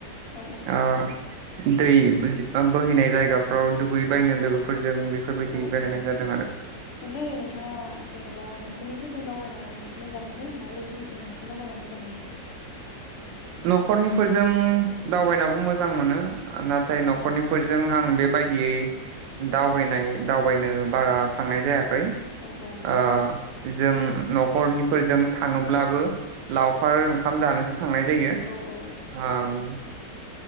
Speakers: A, on the left; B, on the right.
A: औ
B: अ दै बोहैनाय जायगाफ्राव दुगै बायनो लोगोफोरजों बेफोरबायदि
A: औ औ
B: बेरायनाय
A: ओमफ्राय
B: जादों आरो
A: नोंथाङा जेन'बा न खरनिफोरजों दावबायना मो-मोजां मोनो ना लोगोफोरजों बांसिन दावबायना मोजां मोनो?
B: न'खरनिफोरजों दावबायनायावबो मोजां मोनो। नाथाय
A: औ
B: न'खरनिफोरजों आं बे बायदियै दावबायनाय दावबायनो बारा थांनाय जाया खै
A: औ औ
B: ओ जों न'खरनिफोरजों थाङोब्लाबो लावखार ओंख खाम जानोसो थांनाय जायो
A: औ औ
B: ओं